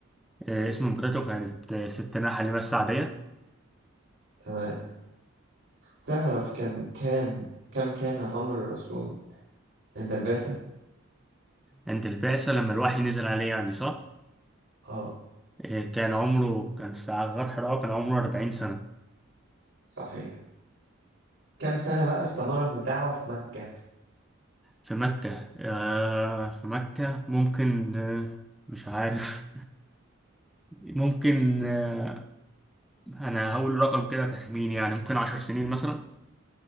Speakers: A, in the centre; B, on the right.
A: إيه اسم مرته كانت آه، ست نحل مسة عادية
B: تمام تعرف كان كام كم كان عمر الرسول عند البعثة
A: عند البعثة لما الوحي نزل عليه يعني صح؟
B: اه
A: آه، كان عمره كان في غار حراء كان عمره 40 سنة
B: صحيح كم سنة بقى استمرت الدعوة في مكة
A: في مكة آه، في مكة ممكن آه، مش عارف <laughs> ممكن آه، أنا هقول رقم كده تخمين يعني ممكن 10 سنين مثلا